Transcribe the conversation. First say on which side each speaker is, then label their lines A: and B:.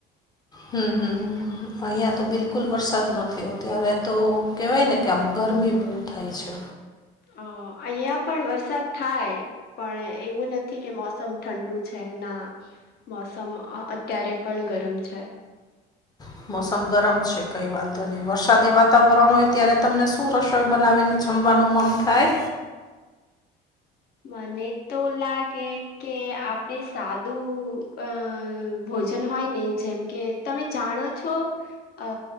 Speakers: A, on the left (about 20°); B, on the left (about 55°).
A: હમ હ અહીંયા તો બિલકુલ વરસાદ નયો અત્યારે તો કહેવાય ને કે આમ ગરમી પડ થાય છે
B: અ અહિયાં પણ વરસાદ થાય પણ એવું નથી કે મો મોસમ ઠંડુ છે ના મોસમ અત્યારે પણ ગરમ છે
A: હ <unintelligible> મોસમ ગરમ છે કઈ વાંધો નહી વરસાદી વાતાવરણ હોય ત્યારે તમને શું રસોઈ બનાવીને જમવાનું મન થાય
B: મને તો લાગે કે આપડે સાદું અ ભોજન હોય ને જેમ કે તમે જાણો છો અ